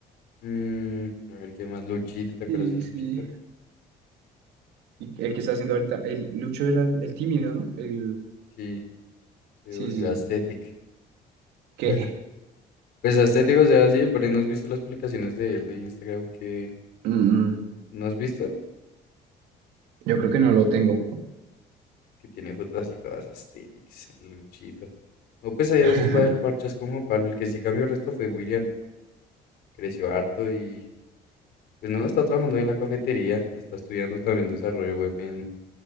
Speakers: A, on the left; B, on the right.
A: mm, a ver qué más, Luchito, ¿te acuerdas
B: Sí,
A: de Luchito?
B: sí. Y el que está haciendo ahorita, el Lucho era el, el tímido, ¿no? El,
A: Sí, se
B: sí,
A: volvió
B: sí.
A: aesthetic.
B: sí. ¿Qué?
A: <laughs> Pues estético, o sea, sí, por ahí no has visto las publicaciones de él de Instagram que
B: Mm, mm,
A: no has visto,
B: yo creo que no lo tengo.
A: que tiene fotos así todas estéticas, el luchito. O pues ahí
B: <laughs>
A: a veces va el parchas con Juan Pablo, el que sí cambió el resto fue William, creció harto y pues no, está trabajando en la cafetería, está estudiando también desarrollo web en,